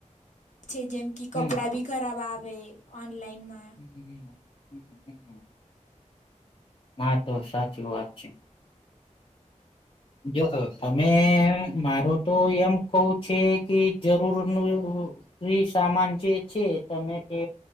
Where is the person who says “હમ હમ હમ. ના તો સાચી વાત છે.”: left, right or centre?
Left